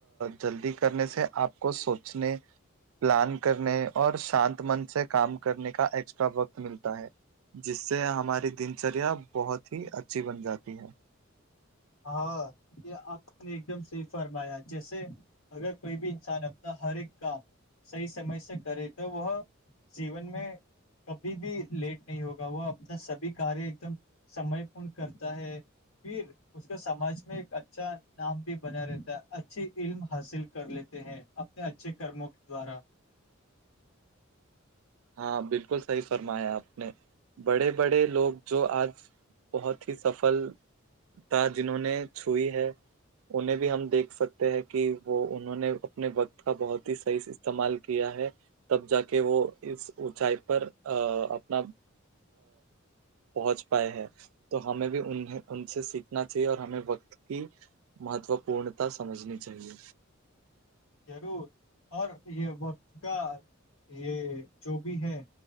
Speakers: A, on the right; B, on the left.
A: جلدی کرنے سے آپ کو سوچنے پلان کرنے اور شانت من سے کام کرنے کا ایکسٹرا وقت ملتا ہے جس سے ہماری دن چریا بہت ہی اچھی بن جاتی ہے
B: ہاں یہ آپ نے ایک دم صحی فرمایا جیسے اگر کوئی بھی انسان اپنا ہر ایک کام صحیح سمے سے کرے تو وہ جیون میں کبھی بھی لیٹ نہیں ہوگا وہ اپنا سبھی کاریہ ایک دم سمے پورن کرتا ہے پھر اس کو سماج میں ایک اچھا نام بھی بنا رہتا ہے اچھی علم حاصل کر لیتے ہیں اچھے کرموں دوارا
A: ہاں بالکل صحیح فرمایا آپ نے بڑے بڑے لوگ جو آج بہت ہی سفلتا جنہوں نے چھوئی ہے انہیں بھی ہم دیکھ سکتے ہیں کہ وہ انہوں نے اپنے وقت کا بہت ہی صحیح استعمال کیا ہے تب جا کے وہ اس اونچائی پر ا اپنا پہنچ پائے ہیں تو ہمیں بھی انیں ان سے سیکھنا چاہیے اور ہمیں وقت کی مہتو پورنتا سمجھنی چاہیے
B: ضرور اور یہ وقت کا یہ جو بھی ہے